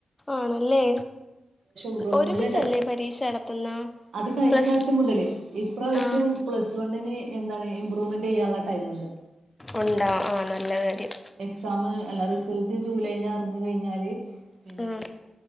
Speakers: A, on the left (about 15°); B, on the right (about 80°).
A: ആണല്ലേ
B: ഇമ്പ്രൂവ്മെന്റിന്
A: ഒരുമിച്ചല്ലേ
B: ടൈം
A: പരീക്ഷ നടത്തുന്ന
B: അത് കഴിഞ്ഞ
A: പ്ലസ്
B: പ്രാവശ്യം
A: ടു
B: മുതൽ ഇപ്രാവശ്യം
A: ആഹ്
B: പ്ലസ് വണ്ണിന് എന്താണ് ഇംപ്രൂവ്മെന്റ് ചെയ്യാനുള്ള ടൈമുണ്ട്
A: ഉണ്ടോ ആഹ് നല്ല കാര്യം
B: എക്സാമ് അല്ല റിസൾട്ട് ജൂലൈൽ അറിഞ്ഞു കഴിഞ്ഞാല് പിന്നെ
A: ഉം